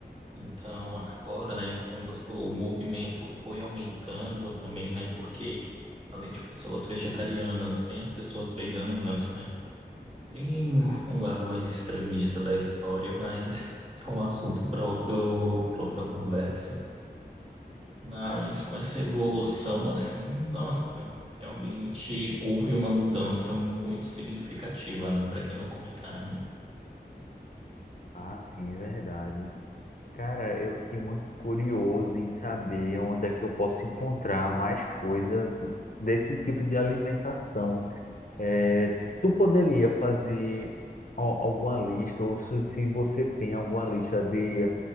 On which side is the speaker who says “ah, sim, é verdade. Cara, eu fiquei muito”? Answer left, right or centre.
Left